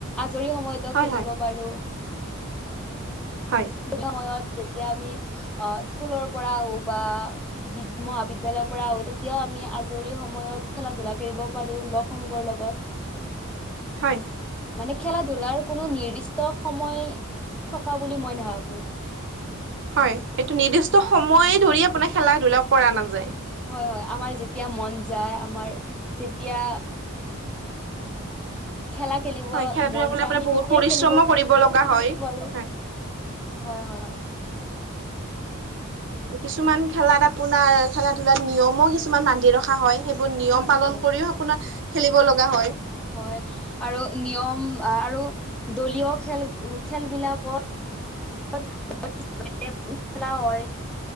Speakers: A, in the centre; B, on the right (about 60°).
A: আজৰি সময়তো
B: হয়,
A: খেলিব
B: হয়,
A: পাৰোঁ।
B: হয়।
A: সময়ত যেতিয়া আমি আ স্কুলৰ পৰা আহো বা বিদ্ মহাবিদ্যালয়ৰ পৰা আহোঁ তেতিয়াও আমি আজৰি সময়ত খেলা- ধূলা কৰিব পাৰো লগ্ সংগৰ লগত।
B: হয়।
A: মানে, খেলা-ধূলাৰ কোনো নিৰ্দিষ্ট সময় থকা বুলি মই নাভাৱোঁ।
B: হয়, এইটো নিৰ্দিষ্ট সময় ধৰি আপোনাৰ খেলা-ধূলা কৰা নাযায়।
A: হয়, হয়। আমাৰ যেতিয়া মন যায় আমাৰ তেতিয়া খেলা খেলিব
B: হয়, খেলা
A: মন
B: ধূলা কৰিলে
A: যায়
B: আপোনাৰ
A: আমি
B: বহুত
A: তেতিয়াই
B: পৰিশ্ৰমো
A: খেলিব
B: কৰিব লগা হয়।
A: পাৰোঁ।
B: হয়,
A: হয়, হয়।
B: কিছুমান খেলাত আপোনাৰ, খেলা-ধূলাত নিয়মো কিছুমান বান্ধি ৰখা হয়। সেইবোৰ নিয়ম
A: হয়
B: পালন
A: হয়
B: কৰিও আপোনাৰ খেলিব লগা হয়।
A: হয়, আৰু নিয়ম আৰু দলীয় খেল - খেলবিলাকত <inaudible> খেলা হয়